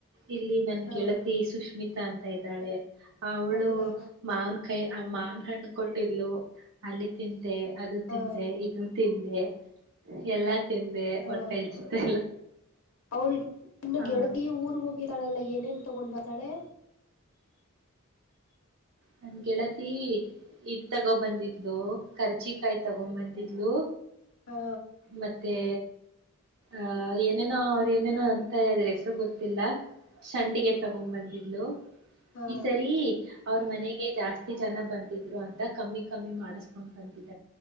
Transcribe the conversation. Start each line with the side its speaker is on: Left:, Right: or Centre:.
Right: ಇಲ್ಲಿ ನನ್
Left: ಹಾ
Right: ಗೆಳತಿ ಸುಷ್ಮಿತ. ತಂತಾ ಇದ್ದಾಳೆ. ಅವಳು
Left: ಹೌದಾ
Right: ಮಾವನಕಾಯಿ ಅ ಮಾವನ್ ಹಣ್ಣ ಕೊಟ್ಟಿದ್ಲು ಅಲ್ಲಿ ತಿನ್ ತಿಂದೆ ಅದು
Left: ಹಾ
Right: ತಿಂದೆ ಇದು ತಿಂದೆ ಎಲ್ಲ ತಿಂದೆ
Left: ಹಾ
Right: ಹೊಟ್ಟೆ ಹಚ್ಚುತ್ತೆ
Left: ಅವಳ ಇನ್ನ
Right: ಆ
Left: ಗೆಳತಿ ಊರ್ಗೆ ಹೋಗಿ ರ್ತಾಳಲ್ಲ ಏನೇನ್ ತಗೊಂಡ್ ಬರ್ತಾಳೆ.
Right: ನನ್ನ ಗೆೇಳತಿ ಇದ್ ತಗೋ ಬಂದಿದ್ಲು ಕರ್ಜಿಕಾಯಿ ತಗೊ ಬಂದಿದ್ಲು.
Left: ಹಾ
Right: ಮತ್ತೆ. ಆಹ ಏನೇನೊ ಏನೇನೋ ಅಂತ ಹೇಳಿ ಹೆಸರು ಗೊತ್ತಿಲ್ಲ ಸಂಡಿಗೆ ತಗೊಂಡ್ ಬಂದಿದ್ಲು
Left: ಹಾ
Right: ಈ ಸರಿ ಅವ್ರ ಮನೆಗೆ ಜಾಸ್ತಿ ಜನ ಬಂದಿದ್ರು ಅಂತ ಕಮ್ಮಿ ಕಮ್ಮಿ ಮಾಡಿಸಕೊಂಡ್ ಬಂದಿದ್